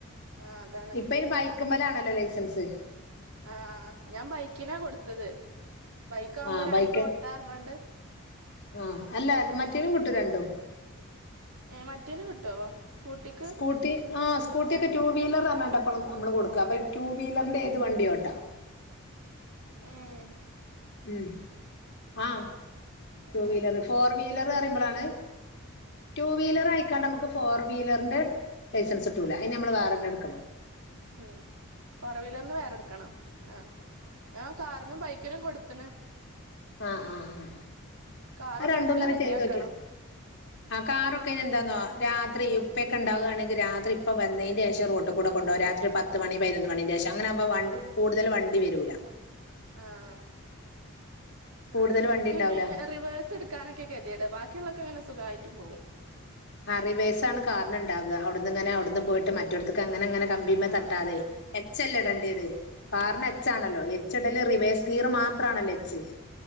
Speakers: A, on the right; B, on the left.
A: ആഹ് അതാണ്
B: ഇപ്പൊ ഇ ബൈക്കുമ്മലാണല്ലോ ലൈസൻസ്
A: ആഹ് ഞാൻ ബൈക്കിനാ കൊടുത്തത് ബൈക്ക് ആവുമ്പോ
B: ആഹ്
A: രണ്ടും
B: ബൈക്ക്
A: ഓട്ടാർഞ്ഞോണ്ട്.
B: ആഹ് അല്ല മറ്റേനും കിട്ടും രണ്ടും
A: ഏഹ് മറ്റേനും കിട്ടോ സ്കൂട്ടിക്ക്
B: സ്കൂട്ടി ആഹ് സ്കൂട്ടിയൊക്കെ ടു വീലർനർഞാണ്ടപ്പൾ നമ്മൾ കൊടുക്കാ അപ്പം ടു വീലറിൻ്റെ ഏത് വണ്ടിയോട്ടാ
A: ഏഹ്
B: ഉം ആഹ് ടു
A: ഏ
B: വീലർ ഫോർ വീലർ പറയുമ്പോളാണ് ടു വീലർ ആയിക്കാണ്ട് നമുക്ക് ഫോർ വീലറിന്റെ ലൈസൻസ് കിട്ടുല അതിന് നമ്മൾ വാറന്ന എടുക്കണം
A: ഉം ഫോർ വീലറിന് വേറെടുക്കണം ആഹ് ഞാൻ കാറിനും ബൈക്കിനും കൊടുത്ത്ണ്
B: ആഹ് ആഹ് ആഹ്
A: കാർ
B: അരണ്ടുങ്ങനെ
A: ഒന്നും കൂടി റെഡി
B: ചെയ്തോക്കിയോ
A: ആക്കണം
B: ആ കാറൊ ക്കെനെന്താന്നോ രാത്രി ഉപ്പെക്കെ ഇണ്ടാവുകയാണെങ്കിൽ രാത്രി ഇപ്പ വന്നതിന്റെ ശേഷം റോട്ട് കൂടെ കൊണ്ടപോക രാത്രി പത് ത്ത് മണി പതിനൊന്ന് മണിന്റെശം അങ്ങനെകുമ്പോ വണ്ട് കൂടുതല് വണ്ടി വരൂല
A: ആഹ്
B: കൂടുതൽ
A: അതാണ്
B: വണ്ടി
A: എനിക്ക്
B: ഉണ്ടാവൂല
A: പിന്നെങ്ങനെ റിവേസ് സെടുക്കാനൊക്കെ കെത്യേട് ബാക്കിയുള്ളൊക്കങ്ങനെ സുഖായിട്ട് പോവും
B: ആ റിവേസാണ് കാറ്ന് ഇണ്ടാവാ അവ്ട്ന്ന് ഇങ്ങനെ അവ്ട്ന്ന് പോയിട്ട് മറ്റോട്ത്ത്ക്ക് അങ്ങനെ അങ്ങനെ കമ്പിമ
A: ആ
B: തട്ടാതെ എച്ച് അല്ലേ ഇടേണ്ടിയത് കാരണം
A: ആ
B: എച്ചാണല്ലോ എച്ച് ഇടല് റിവേസ് ഗീറ് മാത്രാണല്ലോ എച്ച്